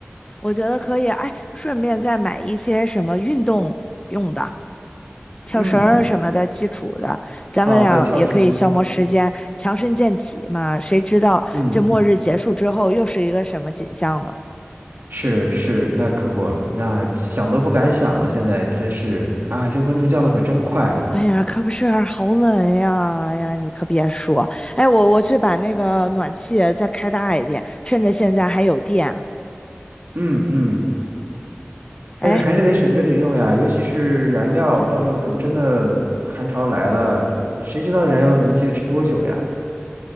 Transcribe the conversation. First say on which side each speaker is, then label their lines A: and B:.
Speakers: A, on the left; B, on the right.
A: 我觉得可以，哎，顺便再买一些什么运动用的，跳绳儿什么的，
B: 嗯，
A: 基础的，咱们俩也可以消磨时间，
B: 好的，跳绳。
A: 强身健体嘛。谁知道这末日结束之后又是一个什么景象呢？
B: 嗯，是是，那可不，那想都不敢想了。现在真是，哎，这温度降的可真快。
A: 哎呀，可不是，好冷呀！哎呀，你可别说，哎，我我去把那个暖气再开大一点，趁着现在还有电。
B: 嗯嗯，但是还是得省着点用呀，
A: 哎。
B: 尤其是燃料，到时候等真的寒潮来了，谁知道燃料能坚持多久呀？